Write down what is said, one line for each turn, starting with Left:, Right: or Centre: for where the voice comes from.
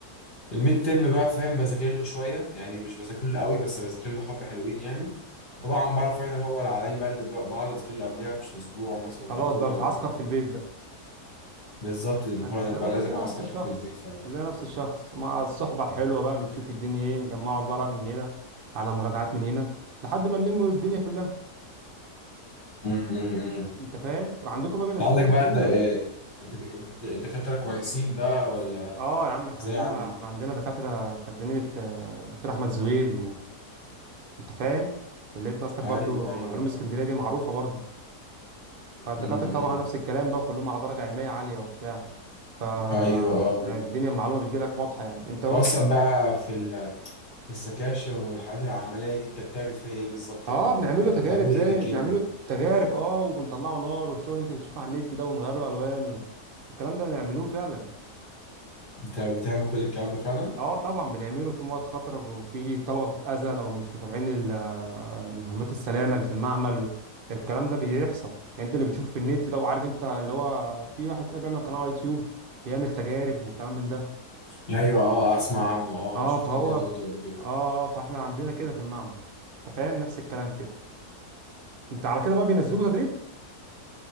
Left: الميد ترم بقى فاهم بذاكر له شوية يعني مش بذاكر له قوي بس بذاكر له حبة حلوين يعني طبعا بقى الفاينل هو العالمي بقى اللي بقعد أذاكر له قبلها بأسبوع مثلا
Right: خلاص
Left: على كل
Right: بقى
Left: مادة
Right: بتعسكر في البيت بقى
Left: بالظبط المقارنة
Right: انت فاهمه
Left: بقى
Right: كلنا
Left: لازم أعسكر
Right: نفس الشخص
Left: فيه في البيت فعلا
Right: كلنا نفس الشخص ومع الصحبه الحلوه بقى بتشوف الدنيا ايه نجمعوا الورق من هنا على مراجعات من هنا لحد ما نلموا الدنيا كلها
Left: م- م- م.
Right: انت فاهم وعندكم بقى بينزلوكم
Left: أنت عندك
Right: تدريب
Left: بقى الد- آه،
Right: بقى
Left: الدك- الد- الدكاترة كويسين بقى ولا
Right: اه يا عم احنا
Left: زي
Right: عندنا
Left: عندي
Right: احنا عندنا دكاتره كانت زميله آه، دكتور احمد زويل وانت فاهم كليه ناستك
Left: أيوه
Right: برضو
Left: أيوه أيوه
Right: علوم اسكندريه دي معروفه برضو فالدكاتره
Left: م-
Right: طبعا
Left: م.
Right: نفس الكلام بقى كلهم على درجه علميه عاليه وبتاع فالدنيا
Left: أيوه أه
Right: المعلومه بتجيلك واضحه يعني انت
Left: أنت أصلا بقى في ال... في السكاشن والحالات العملية دي أنت بتعمل فيها إيه بالظبط
Right: اه
Left: يعني
Right: بنعمله
Left: بتع...
Right: تجارب
Left: بتعمل
Right: زي
Left: إيه في الجيم
Right: بنعمله
Left: يعني
Right: تجارب اه وبنطلعه نار والشغل اللي انت بتشوفه على النت ده ونغيره الوان و... الكلام ده بنعملوه فعلا
Left: أنت بتعمل كل الكلام ده فعلا؟
Right: اه طبعا بنعمله في مواد خطره وفي طلبه بتتاذى لو مش متابعين ال- آه، مهمات السلامه اللي في المعمل الكلام ده بيحصل يعني انت اللي بتشوفه في النت ده وعارف انت اللي هو في واحد كده بيعمل قناه على اليوتيوب بيعمل تجارب وكلام من ده
Left: أيوه أه أسمع عنه أه
Right: اه
Left: شفت
Right: فهو
Left: لي كذا
Right: اه
Left: فيديو قبل كده
Right: آه، فاحنا عندنا كده في المعمل انت فاهم نفس الكلام كده انت على كده بقى بينزلوك تدريب